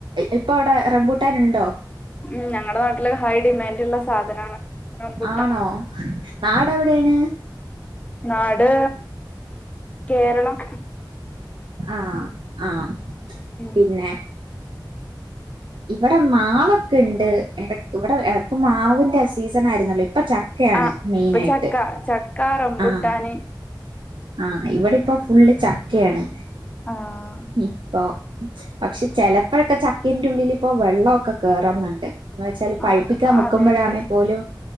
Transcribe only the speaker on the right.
ഇപ്പൊ അവിടെ റംബൂട്ടാന ഉണ്ടോ?
ആണോ നാടെവിടേണ്.
ആഹ് ആഹ്.
പിന്നെ ഇവിടെ മാവൊക്കെണ്ട്. ടെക്ക് ഇവിടെ ഇടക്ക് മാവിന്റെ സീസൺ ആയിരുന്നല്ലോ ഇപ്പൊചക് ക്കെയാണ്
മെയിനായിട്ട്
ആഹ്. ആഹ് ഇവിടെപ്പോ ഫുള്ള് ചക്കയാണ്
ഇപ്പൊ പക്ഷെ ചെലപ്പോഴൊക്കെ ചക്കന്റെ ഉള്ളില് ഇപ്പോ വെള്ളൊക്കെ കേറന്നുണ്ട്. എന്ന് വെച്ചാല് പഴുപ്പിക്കാൻ
വെക്കുമ്പോഴാണെ
പോലും